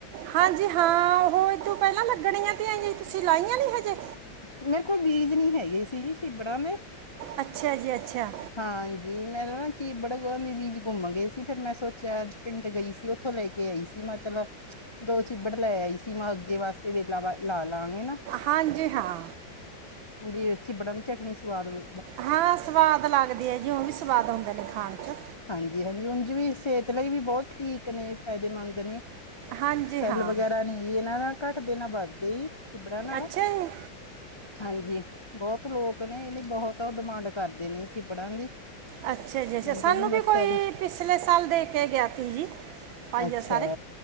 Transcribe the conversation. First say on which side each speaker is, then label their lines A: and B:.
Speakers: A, on the right (about 85°); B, on the left (about 35°).
A: ਹਾਂਜੀ ਹਾਂ, ਉ ਹੋਈ ਤੋ ਪਹਿਲਾਂ ਲੱਗਣੀਆਂ ਤੇ ਅ ਤੁਸੀਂ ਲਾਈਆਂ ਨੀ ਹਜੇ।
B: ਮੇਰੇ ਕੋਲ ਬੀਜ ਨੀ ਹੈਗੇ ਸੀ ਜੀ ਸ਼ਿਬੜਾਂ ਦੇ।
A: ਅੱਛਾ ਜੀ ਅੱਛਾ।
B: ਹਾਂਜੀ, ਮੈਂ ਨਾ ਚੀ ਬੜਗ ਦੇ ਬੀਜ ਘੁੰਮ ਗਏ ਸੀ ਫੇਰ ਮੈਂ ਸੋਚਿਆ ਅਜ- ਪਿੰਡ ਗਈ ਸੀ, ਉੱਥੋਂ ਲੈ ਕੇ ਆਈ ਸੀ ਮੈਂ ਕੇ ਚਲੋ। ਦੋ ਚਿੱਬੜ ਲੈ ਆਈ ਸੀ ਮੈਂ ਅੱਗੇ ਵਾਸਤੇ ਵੇਲਾ ਵ ਲਾ ਲਾਂਗੇ ਨਾ।
A: ਹਾਂਜੀ ਹਾਂ।
B: ਬੜੀ ਅੱਛੀ ਚਿਬੜਾਂ ਦੀ ਚਟਨੀ ਸਵਾਦ ਨੂੰ।
A: ਹਾਂ ਸਵਾਦ ਲੱਗਦੀ ਹੈ ਜੀ, ਉਹ ਵੀ ਸਵਾਦ ਹੁੰਦੇ ਨੇ ਖਾਣ ਚ।
B: ਹਾਂਜੀ- ਹਾਂਜੀ ਉਂਝ ਵੀ ਸਿਹਤ ਲਈ ਵੀ ਬਹੁਤ ਠੀਕ ਨੇ ਫਾਇਦੇ ਮੰਦ ਨੇ।
A: ਹਾਂਜੀ
B: ਸੈੱਲ
A: ਹਾਂ
B: ਵਗੈਰਾ ਨਹੀਂ ਇਹਨਾਂ ਨਾ ਘੱਟ ਦੇ ਨਾ ਵੱਧ ਦੇਈ। ਚਿਬੜਾਂ ਨਾਲ,
A: ਅੱਛਾ ਜੀ
B: ਹਾਂਜੀ ਬਹੁਤ ਲੋਕ ਨੇ ਇਹਨ ਬਹੁਤ ਆ ਡਿਮਾਂਡ। ਕਰਦੇ ਨੇ ਚਿਬੜਾਂ ਦੀ।
A: ਅੱਛਾ
B: ਕਹਿੰਦੇ
A: ਜੀ, ਸਾਨੂੰ
B: ਨਾ
A: ਵੀ
B: ਸੈੱਲ
A: ਕੋਈ ਪਿਛਲੇ ਸਾਲ ਦੇ ਕੇ ਗਿਆ ਪੀ ਜੀ। ਪਾਈਆ
B: ਅੱਛਾ
A: ਸਾਰੇ